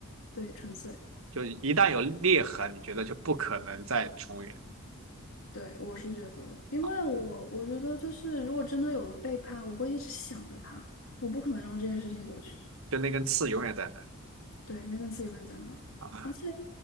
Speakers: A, on the left; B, on the right.
A: 对，纯粹。
B: 就一旦有裂痕，你觉得就不可能再重圆
A: 对，我是觉得的，因为我我觉得就是，
B: 啊，
A: 如果真的有了背叛，我会一直想着他，我不可能让这件事情过去。
B: 就那根刺永远在那
A: 对，那根刺永远在那。
B: 啊，
A: 而且